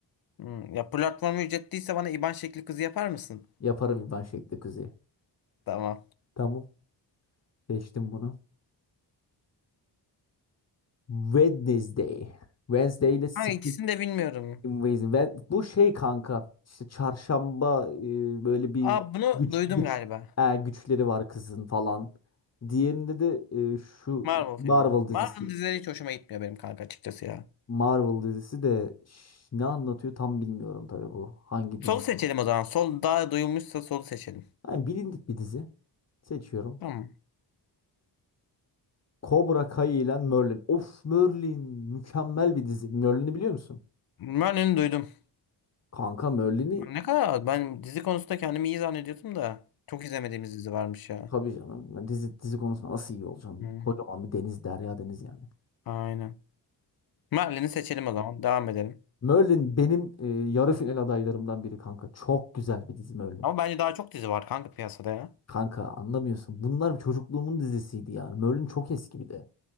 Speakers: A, on the left; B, on the left.
A: Hmm, ya platformu ücretliyse bana IBAN şekli kızı yapar mısın?
B: Yaparım ben şekli kuzeyi.
A: Tamam.
B: Tamam. Geçtim bunu. Wednesday. Wednesday ile Secret
A: Kanka ikisini de bilmiyorum.
B: Invasion. Ve bu şey kanka işte çarşamba e, böyle bir
A: Aa bunu
B: güç
A: duydum
B: güç
A: galiba.
B: e, güçleri var kızın falan. Diğerinde de e, şu
A: Marvel
B: Marvel
A: filmimiz.
B: dizisi.
A: Marvel dizileri hiç hoşuma gitmiyor benim kanka açıkçası ya.
B: Marvel dizisi de ş- ne anlatıyor tam bilmiyorum tabii bu. Hangi
A: Solu
B: dizi?
A: seçelim o zaman. Sol daha duyulmuşsa solu seçelim.
B: Yani bilindik bir dizi. Seçiyorum.
A: Tamam.
B: Cobra Kai ile Merlin. Of Merlin mükemmel bir dizi. Merlin'i biliyor musun?
A: Ben onu duydum.
B: Kanka Merlin'i
A: Ne kadar ben dizi konusunda kendimi iyi zannediyordum da çok izlemediğimiz dizi varmış ya.
B: tabii canım. Yani dizi dizi konusunda nasıl iyi olacağım?
A: Hı,
B: Kocaman bir deniz, derya deniz yani.
A: Aynen. Merlin'i seçelim o zaman. Devam edelim.
B: Merlin benim e, yarı final adaylarımdan biri kanka. Çok güzel bir dizi Merlin.
A: Ama bence daha çok dizi var kanka piyasada ya.
B: Kanka anlamıyorsun. Bunlar çocukluğumun dizisiydi yani. Merlin çok eski bir de.